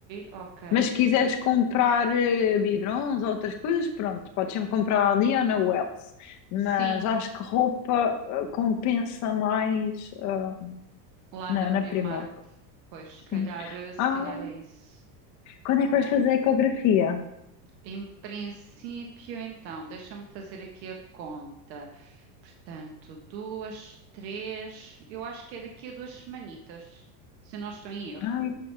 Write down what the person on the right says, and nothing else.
ok.
Sim,
lá
na Primark.
Pois, se calhar,
eh, se
calhar é isso.
Em princípio, então, deixa-me fazer aqui a conta. Portanto, duas, três. Eu acho que é daqui a duas semanitas, se eu não estou em erro.